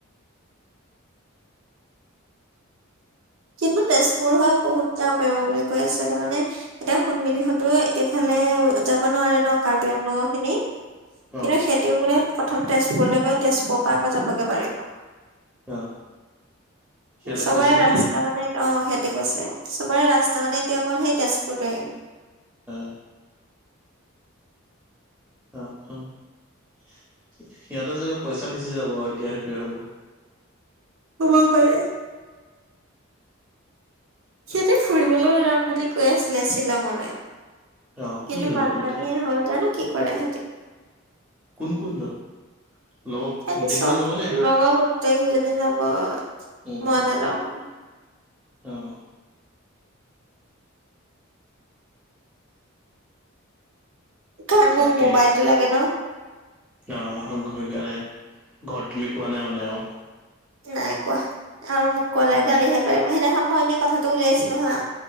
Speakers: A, on the right; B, in the centre.
A: কিন্তু তেজপুৰ হয় বহুত যাব পাৰিব বুলি কৈ আছে তাৰমানে এতিয়া শুণমিলিহঁতো এইফালে যাব নোৱাৰে ন' কাৰ্বি আংলং খিনি কিন্তু
B: অ
A: সেই তেওঁ বোলে প্ৰথম তেজপুৰলে গৈ তেজপুৰৰ পা আকৌ যাবগে পাৰিব।
B: অ সিহঁতে
A: <inaudible> চবে
B: কৈছে নেকি
A: ৰাচ তা মানে অ, সিহঁতে কৈছে চবৰে ৰাস্তা মানে এতিয়া অকল সেই তেজপুৰে।
B: হা। অ', অ', সিহঁতৰ চাগে পইচা বেচি যাব আৰু এতিয়া সেইটোৱে হ'ব।
A: হ'ব পাৰে। সিহঁতে ফুৰিবলৈও যাম বুলি কৈ আছিলে শ্বিলঙলে। কিন্তু
B: অ কি হ'ল
A: বানপানীয়ে
B: এইটো এতিয়া
A: হ'ল জানো কি কৰে এহেতি।
B: কোন -কোন যাব লগৰ
A: হেহেতি
B: গোটেইখিনি
A: চব
B: যাবনে
A: লগৰ গোটেই কেইজনী যাব
B: উম
A: মই
B: উম
A: নাযাও খালি।
B: উম।
A: তই মোক
B: তাকে
A: মোবাইলটো লাগে ন'।
B: অ, ঘূৰি কেনে ঘৰত তুমি কোৱা নাই মানে আও?
A: নাই কোৱা আৰু মোক ক'লে
B: উম
A: গালিহে পাৰিব সেইদিনাখন মই এনেই কথাটো উলিয়াইছিলো হা